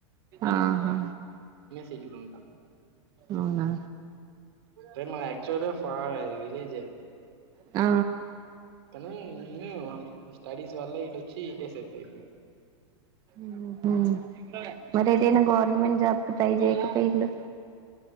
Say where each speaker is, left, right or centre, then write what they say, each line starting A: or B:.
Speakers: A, on the right; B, on the right.
A: ఆహా
B: తెలీకుండా
A: అవునా
B: రేయ్ మాది ఆక్చువల్గా ఫ విలేజే.
A: ఆ
B: కాని నేను నా స్టడీస్ వళ్ల ఇట్ వచ్చి ఇటే సెట్ అయిపోయిన.
A: మ్ హు మరి ఎదైనా గవ గవర్నమెంట్ జాబ్కి ట్రై చేయొచ్చు కదా వీళ్ళు.